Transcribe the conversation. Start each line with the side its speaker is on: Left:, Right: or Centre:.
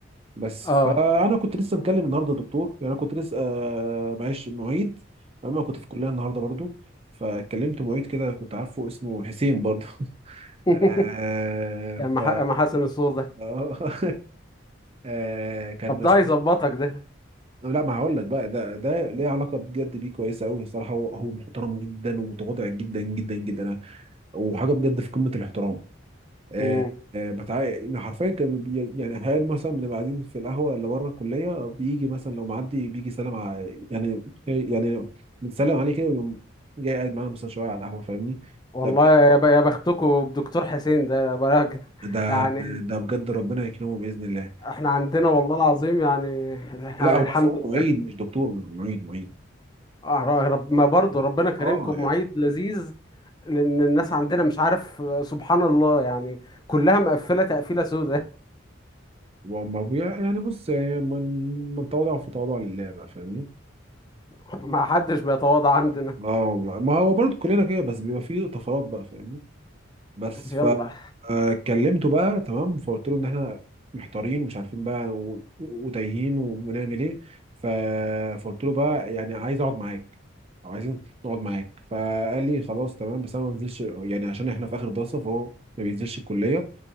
Right: بس
Left: أه
Right: فانا كنت لسه مكلم النهارده دكتور يعني انا كنت لسه آه، معيش معيد اما كنت في الكليه النهارده برضو فكلمت معيد كده كنت عارفه اسمه حسين برضه
Left: <laughs>
Right: آه
Left: يا أم
Right: ف
Left: ح... يا أم حسن الصوت ده
Right: آه <laughs> آه كان
Left: طب
Right: بس
Left: ده هيظبطك ده
Right: لا ما هقول لك بقى ده ده ليه علاقه بجد بيه كويسه قوي الصراحه هو هو محترم جدا ومتواضع جدا جدا جدا وحاجه بجد في قمه الاحترام آه
Left: مم.
Right: آه بتاع يعني حرفيا كان بي- يعني احيانا مثلا بنبقى قاعدين في القهوه اللي بره الكليه بيجي مثلا لو معدي بيجي يسلم على يعني يعني بنسلم عليه كده ويقوم جاي قاعد معانا مثلا شويه على القهوه فاهمني
Left: والله
Right: لا بجد
Left: يا ب- يا بختكوا بدكتور حسين ده بقى- <laughs>
Right: ده
Left: يعني
Right: ده بجد ربنا يكرمه باذن الله
Left: احنا عندنا والله العظيم يعني يعني
Right: لا هو
Left: الحمد
Right: بس هو
Left: لله
Right: معيد مش دكتور معيد معيد
Left: آه، رب ما برضه ربنا كريمكم
Right: اه
Left: بمعيد
Right: يعني
Left: لذيذ لان الناس عندنا مش عارف آه، سبحان الله يعني كلها مقفله تقفيله سوداء
Right: هو ما- بي- يعني بص يعني من من تواضع في تواضع لله بقى فاهمني
Left: <laughs> ما حدش بيتواضع عندنا
Right: اه والله. ما هو برضو كلنا كده بس بيبقى فيه طفرات بقى فاهمني بس
Left: يلا
Right: فكلمته بقى تمام فقلت له ان احنا محتارين ومش عارفين بقى و- وتايهين ونعمل ايه ف... فقلت له بقى يعني عايز اقعد معاك او عايزين نقعد معاك فقال لي خلاص تمام بس انا ما بنزلش يعني عشان احنا في اخر دراسه فهو ما بينزلش الكليه